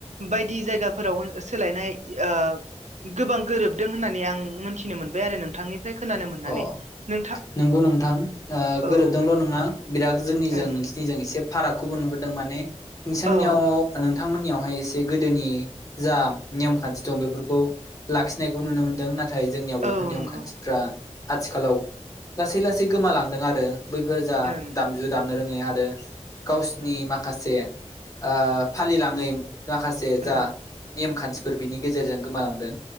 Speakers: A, on the right; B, on the left.
A: बायदि जायगाफोराव सोलायनाय। ओ गोबां गोरोबदों होननानै आं मोनथिनो मोनबाय आरो नोंथांनिफ्राय खोनानो मोननानै
B: अ
A: नोंथां
B: नंगौ नोंथां ओ
A: औ
B: गोरोबदोंल' नङा बिराद जोंनिजों
A: ओं
B: न जों एसे फारागखौबो नुहुदों माने नोंसोरनियाव
A: औ
B: नोंथांमोननियावहाय एसे गोदोनि जा नेम खान्थि दं बेफोरखौ लाखिनाय खौ नुनो मोन्दों नाथाय जोंनियाव बेफोर
A: औ
B: नेयम
A: नंगौ
B: खान्थिफ्रा। आथिखालाव लासै लासै गोमालांदों आरो बैफोर जा
A: ओं
B: दाम जु दामनो रोङै आरो गावसिनि माखासे ओ फालिलाङै। माखासे जा
A: औ
B: नेम खान्थिफोर बिनि गेजेरजों गोमालांदों